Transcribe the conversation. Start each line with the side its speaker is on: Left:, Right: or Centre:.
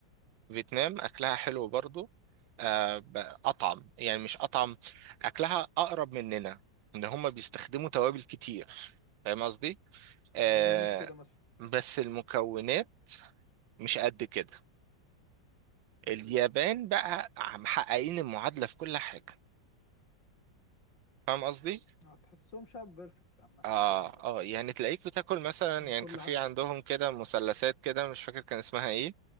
Right: فيتنام اكلها حلو برضو آه، ب- اطعم يعني مش اطعم اكلها اقرب مننا ان هم بيستخدموا توابل كتير فاهم قصدي آه
Left: زي الهنود كده مثلا
Right: بس المكونات مش قد كده اليابان بقى محققين المعادلة في كل حاجة فاهم قصدي
Left: اه، تحسهم شعب بيرفكت عامه
Right: اه
Left: اه والله
Right: اه يعني تلاقيك بتاكل مثلا
Left: من
Right: يعني
Left: كل
Right: كان في
Left: حاجه
Right: عندهم كده مثلثات كده مش فاكر كان اسمها ايه